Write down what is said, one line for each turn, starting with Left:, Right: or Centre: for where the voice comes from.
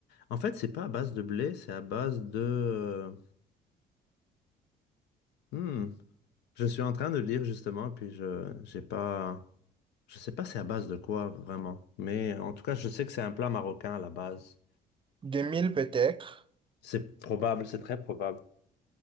Left: En fait, c'est pas à base de blé, c'est à base de. euh, hmm. Je suis en train de lire justement, puis je, j'ai pas, je sais pas c'est à base de quoi vraiment. Mais en tout cas, je sais que c'est un plat marocain à la base.
Right: deux mille peut-être.
Left: C'est probable, c'est très probable.